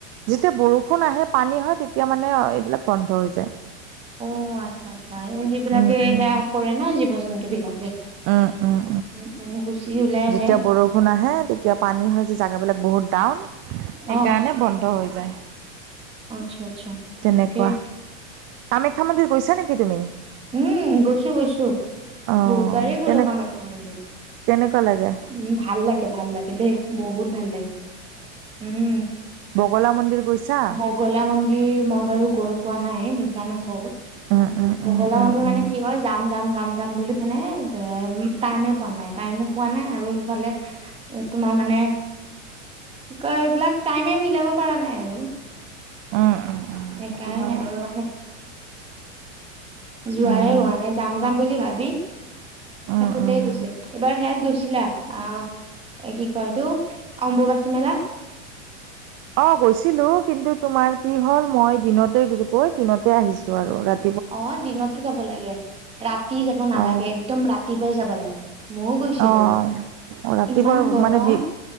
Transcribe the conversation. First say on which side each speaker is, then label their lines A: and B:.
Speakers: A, on the right; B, on the right.
A: যেতিয়া বৰষুণ আহে পানী হয় তেতিয়া মানে এইবিলাক বন্ধ হৈ যায়।
B: অ আচ্ছা আচ্ছা এই সেইবিলাকে
A: উম উম
B: সেয়া কৰে ন জীৱ জন্তু বিলাকে।
A: উম উম
B: উম। গুচি ওলাই আহে
A: যেতিয়া বৰষুণ আহে তেতিয়া পানী হয় যে জোগা বিলাক বহুত। ডাউন সেইকাৰণে
B: অ
A: বন্ধ হৈ যায়।
B: আচ্ছা আচ্ছা
A: তেনেকুৱা
B: ঠিকেই।
A: কামাখ্যা মন্দিৰ গৈছা নেকি তুমি?
B: উম গৈছো গৈছো
A: অ
B: বহুতবাৰেই গ'লো
A: কেনে
B: কামাখ্যা মন্দিৰ।
A: কেনেকুৱা লাগে
B: উ ভাল লাগে ভাল লাগে দেই বহুত ভাল লাগে উম।
A: বগলা মন্দিৰ গৈছা
B: বগলা মন্দিৰ মই বাৰু গৈ পোৱা নাই মিছা নকওঁ।
A: উম উম।
B: বগলা
A: উম উম
B: মন্দিৰ মানে
A: উম
B: কি হয় যাম যাম যাম। যাম বুলি মানে এ টাইমে পোৱা নাই টাইমো পোৱা নাই আৰু ইফালে তোমাৰ মানে। কি কয় এইবিলাক টাইমে মিলাব পৰা নাই আৰু সেইকাৰণে
A: উম উম উম সেইটো হয়
B: আৰু মানে। যোৱাই
A: উম
B: হোৱা নাই যাম যাম বুলি ভাবি!
A: উম
B: থাকোঁতে
A: উম
B: গুছে এবাৰ সেৱাত গৈছিলা আহ! এ কি কয় এইটো অম্বুবাচী মেলা।
A: অ গৈছিলো কিন্তু তোমাৰ কি হ'ল মই দিনতে গৈ দিনতে আহিছো আৰু ৰাতি
B: অ দিনতে যাব লাগে ৰাতি যাব নালাগে
A: অ
B: একদম ৰাতিপুৱাই যাব লাগে। ময়ও গৈছিলো
A: আহ ৰাতিপুৱা
B: ইমান গৰম
A: মানে দি